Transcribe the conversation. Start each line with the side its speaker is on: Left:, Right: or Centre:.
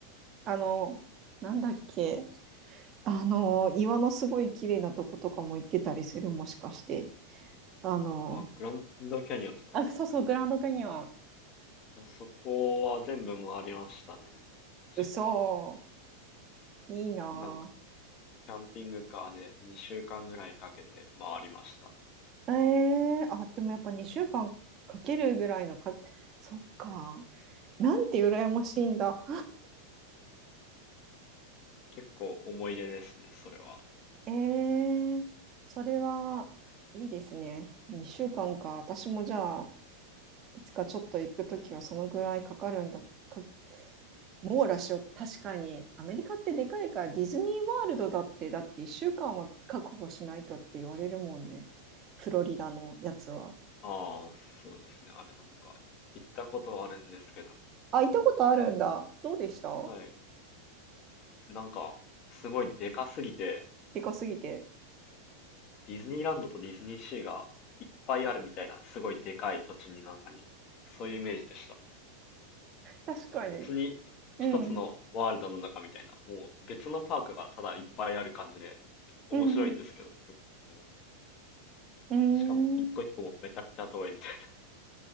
Right: あの、なんだっけ。あのー、岩のすごい綺麗なとことかも行ってたりする、もしかして。あの、
Left: あ、グランドキャニオンとかですか。
Right: あ、そうそう、グランドキャニオン。ー
Left: あそこは全部回りましたね。確か。
Right: 嘘、いいな
Left: なんか、キャンピングカーで2週間ぐらいかけて回りました。
Right: ぁ。えー、あ、でもやっぱ2週間かんかけるぐらいのか、そっか。なんて羨ましいんだ。
Left: 結構思い出ですね、それは。
Right: えー、それはいいですね。2週間かんか。私もじゃあ、いつかちょっと行くときはそのぐらいかかるんだ、か網羅しよう。確かに、アメリカってでかいから、ディズニーワールドだって、だって1週間は確保しないとって言われるもんね。フロリダのやつは。
Left: ああ、そうですね。あれなんか、行ったことはあるんですけど。
Right: あ、行ったことあるんだ。どうでした
Left: はい。なんか、すごいでかすぎて、
Right: でかすぎて。
Left: ディズニーランドとディズニーシーがいっぱいあるみたいな、すごいでかい土地の中に、そういうイメージでした。
Right: 確かに。
Left: まあ別に一つのワールドの中みたいな、
Right: うんうん。
Left: もう別のパークがただいっぱいある感じで、面白いんですけど、
Right: うん
Left: でも
Right: うん。
Left: しかも一個一個もめちゃくちゃ遠いみたい
Right: うーん。